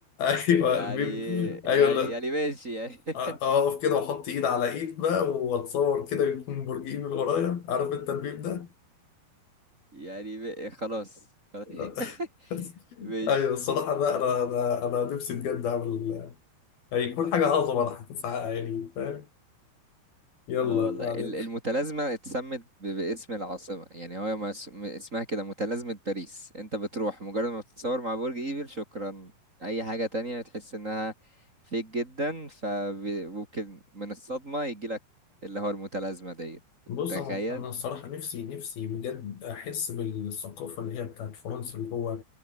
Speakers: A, on the left (about 60°); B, on the right (about 20°).
A: ايوه
B: يعني
A: الميم ايوه
B: يعني
A: لا
B: يعني ماشي يعني
A: اقف
B: <laughs>
A: كده واحط ايد على ايد بقى واتصور كده يكون برج ايفل ورايا عارف انت الميم ده
B: يعني ب- خلاص خلاص
A: <laughs>
B: <laughs> ماشي
A: ايوه الصراحه لا انا انا انا نفسي بجد اعمل هيكون حاجه اعظم انا هتسعى يعني فاهم يلا
B: اه والله
A: بعدين
B: ال- المتلازمة اتسمت ب- باسم العاصمة يعني هو ما اس- م- اسمها كده متلازمة باريس انت بتروح مجرد ما بتتصور مع برج ايفل شكرا اي حاجة تانية تحس انها فيك جدا فممكن من الصدمة يجيلك اللي هو المتلازمة ديت
A: بص
B: تخيل
A: انا انا الصراحه نفسي نفسي بجد احس بالثقافه اللي هي بتاعت فرنسا اللي هو